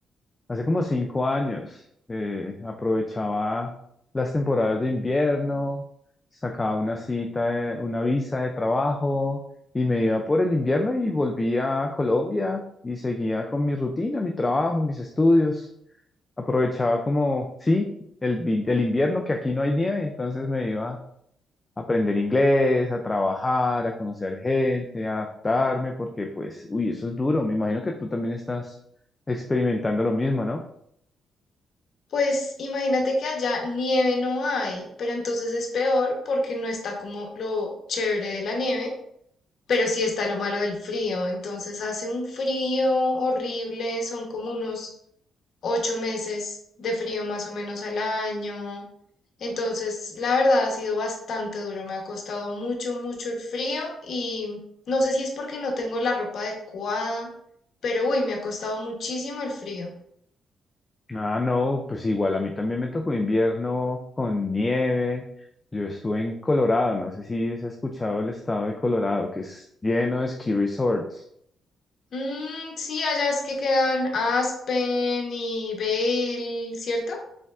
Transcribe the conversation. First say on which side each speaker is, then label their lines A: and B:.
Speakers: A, on the left; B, on the left.
A: Hace como cinco años eh, aprovechaba las temporadas de invierno, sacaba una cita, de- una visa de trabajo y me iba por el invierno y volvía a Colombia y seguía con mi rutina, mi trabajo, mis estudios. Aprovechaba como, sí, el, vi- el invierno que aquí no hay nieve, entonces me iba a aprender inglés, a trabajar, a conocer gente, a adaptarme, porque pues, uy, eso es duro. Me imagino que tú también estás experimentando lo mismo, ¿no?
B: Pues imagínate que allá nieve no hay, pero entonces es peor porque no está como lo chévere de la nieve Pero sí está lo malo del frío, entonces hace un frío horrible, son como unos ocho meses de frío más o menos al año. Entonces, la verdad ha sido bastante duro, me ha costado mucho, mucho el frío y no sé si es porque no tengo la ropa adecuada, pero uy, me ha costado muchísimo el frío.
A: Ah, no, pues igual a mí también me tocó invierno con nieve. Yo estuve en Colorado, no sé si has escuchado el estado de Colorado, que es lleno de ski resorts.
B: Mm, sí, allá es que quedan Aspen y Vail, ¿cierto?